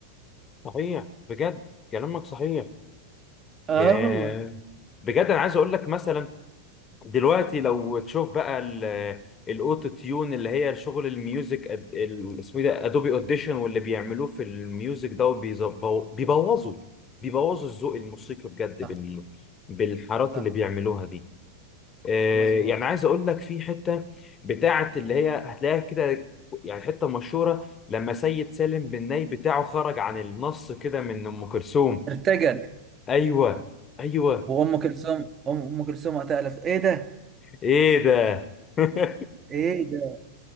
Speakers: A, on the left (about 25°); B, on the right (about 25°).
A: صحيح بجد كلامك صحيح
B: <laughs> اه
A: ياه.
B: والله
A: بجد أنا عايز أقول لك مثلا دلوقتي لو تشوف بقى ال- الأوتو تيون اللي هي شغل الميوزك أد- ال- اسمه إيه ده أدوبي أوديشن واللي بيعملوه في الميوزك ده وبيظبو- بيبوظوا بيبوظوا الذوق الموسيقي بجد
B: صح
A: بال بالحارات
B: صح
A: اللي بيعملوها دي آه،
B: مظبوط
A: يعني عايز اقول لك في حته بتاعه اللي هي هتلاقيها كده يعني حته مشهوره لما سيد سالم بن ناي بتاعه خرج عن النص كده من ام كلثوم
B: ارتجل
A: ايوه ايوه
B: وام كلثوم ام أم كلثوم وقتها قالت له، ايه ده
A: ايه ده <laughs>
B: ايه ده